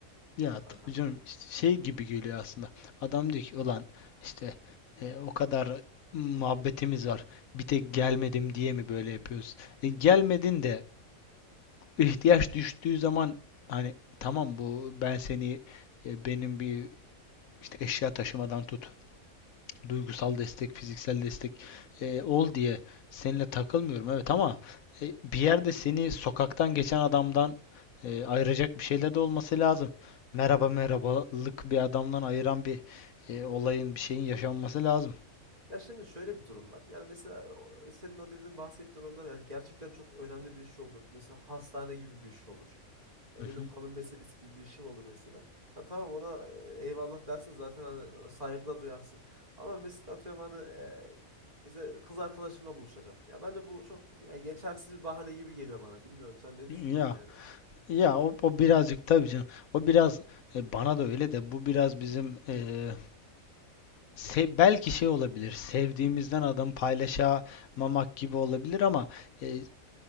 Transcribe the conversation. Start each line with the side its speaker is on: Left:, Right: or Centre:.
Left: Ya
Right: kankam.
Left: tabii canım işte şey gibi geliyor aslında. Adam diyor ki ulan işte e, o kadar muhabbetimiz var. Bir tek gelmedim diye mi böyle yapıyoruz? E, gelmedin de ihtiyaç düştüğü zaman hani tamam bu ben seni e, benim bir işte eşya taşımadan tut duygusal destek, fiziksel destek e, ol diye seninle takılmıyorum evet ama e, bir yerde seni sokaktan geçen adamdan e, ayıracak bir şeyler de olması lazım. Merhaba
Right: Tabii ki.
Left: merhabalık bir adamdan ayıran bir e,
Right: Tabii, tabii.
Left: olayın bir şeyin yaşanması lazım.
Right: Ya şimdi şöyle bir durum var. Yani mesela o- senin o dediğin bahsettiğin durumlar yani gerçekten çok önemli bir iş olur. Mesela hastane gibi bir iş olur. Ya
Left: Hı
Right: ölüm
Left: hı.
Right: kalım meselesi gibi bir şey olur mesela. Ya tamam ona e, eyvallah dersin zaten hani saygı duyarsın. Ama mesela atıyorum hani e, mesela kız arkadaşımla buluşacağım. Ya bence bu çok yani geçersiz bir bahane gibi geliyor bana. Bilmiyorum sen ne düşünüyorsun
Left: Ya
Right: yani?
Left: ya o, o birazcık tabii canım. O biraz e, bana da öyle de bu biraz bizim e, Se belki şey olabilir. Sevdiğimizden adam paylaşamamak gibi olabilir ama e,